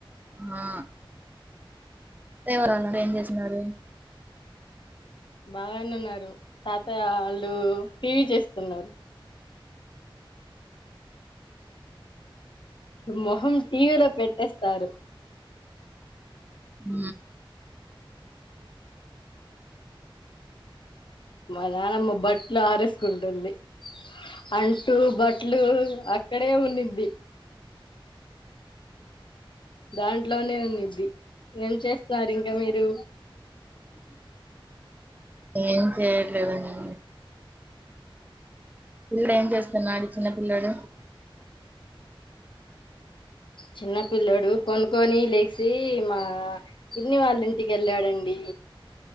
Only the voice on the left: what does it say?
బాగానే ఉన్నారు తాతయ్య వాళ్ళు టీవీ చేస్తున్నారు మొహం టీవీలో పెట్టేస్తారు
మా నాానమ్మ బట్టలు ఆరేసుకుంటుంది అంటూ బట్టలు అక్కడే ఉన్నిది దాంట్లోనే ఉన్నది ఏం చేస్తున్నారు ఇం ఇకా మీరు
చిన్న పిల్లడు కొనుక్కొని లేసి మా పిన్ని వాళ్ళ ఇంటికి ఎళ్ళాడంండి